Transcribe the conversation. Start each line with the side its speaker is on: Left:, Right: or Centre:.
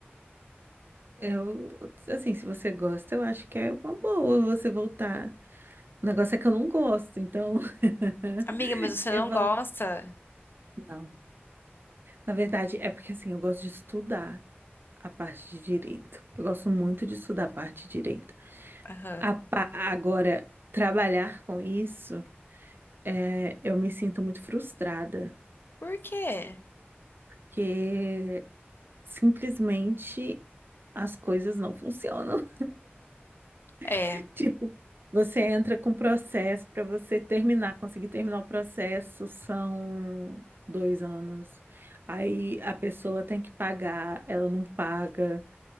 Right: eu, assim, se você gosta, eu acho que é uma boa você voltar. O negócio é que eu não gosto, então <laughs>
Left: Amiga, mas você
Right: eu
Left: não
Right: falo,
Left: gosta?
Right: não. Na verdade, é porque assim, eu gosto de estudar a parte de direito. Eu gosto muito de estudar a parte de direito.
Left: Aham.
Right: A pa- Agora, trabalhar com isso. é, eu me sinto muito frustrada,
Left: Por quê?
Right: que simplesmente as coisas não funcionam.
Left: É.
Right: <laughs> Tipo, você entra com processo para você terminar, conseguir terminar o processo, são dois anos. Aí a pessoa tem que pagar, ela não paga,